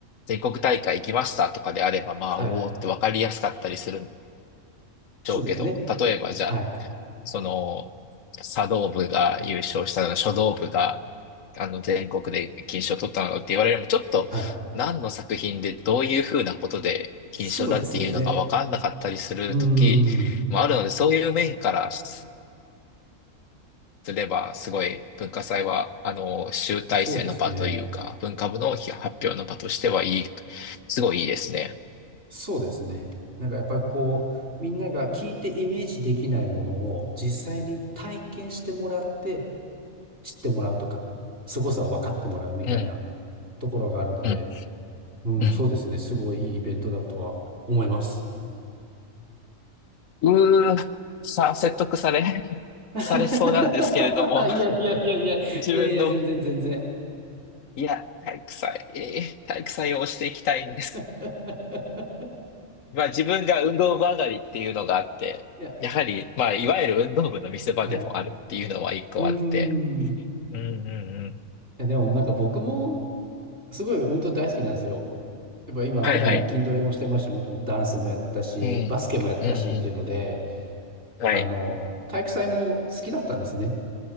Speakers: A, on the left (about 80°); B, on the right (about 55°).
A: 全国大会行きましたとかであれば、まあ、
B: はい。
A: おおって分かりやすかったりするんでしょうけど、
B: そうですね。
A: 例えばじゃあ、
B: はい。
A: その、茶道部が優勝したの、書道部が、あの、全国で金賞を取ったのって言われるのも、ちょっと、
B: はい。
A: 何の作品でどういうふうなことで金賞だっていうのが分かんなかったりする時もあるので、
B: そうですよね。うーん。
A: そういう面からすれば、すごい文化祭は、あの、集大成の場というか、
B: そうですね。
A: 文化部の発表の場としてはいい、すごいいいですね。
B: そうですね。なんかやっぱりこう、みんなが聞いてイメージできないものを実際に体験してもらって知ってもらうとか、凄さを分かってもらうみたいな
A: うん、
B: ところがあるので、
A: うん、
B: うん、
A: うん。
B: そうですね。すごいいいイベントだとは思います。
A: うー、さ、説得され、<laughs>
B: <laughs>
A: されそうなんですけれども。
B: いやいやいやいや、
A: 自分の、
B: いやいや、全然全然。
A: いや、体育祭、えー体育祭を推していきたいんです。
B: <laughs>
A: まあ自分が運動部上がりっていうのがあって、
B: いや、
A: やはり、まあいわゆる運動部の見せ場でもあるっていうのは一個あって。
B: はい。うーん。い
A: うんうんうん。
B: や、でもなんか僕もすごい運動大好きなんですよ。やっぱ今普段筋トレもしてますし、
A: はいはい。
B: もともとダンスもやったし、
A: うん。
B: バスケもやったしっていうので、
A: うんうん。はい。
B: あの、体育祭も好きだったんですね。